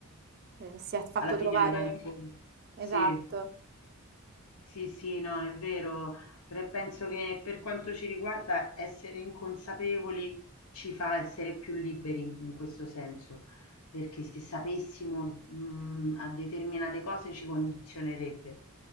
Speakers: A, on the right (about 45°); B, on the left (about 80°).
A: eh, si è fatto Alla
B: Alla
A: fine, trovare...
B: fine le manco
A: sì,
B: sì,
A: Esatto.
B: sì, sì, no, è vero. Pre- penso che per quanto ci riguarda essere inconsapevoli ci fa essere più liberi in questo senso, perché se sapessimo, mh, a determinate cose ci condizionerebbe.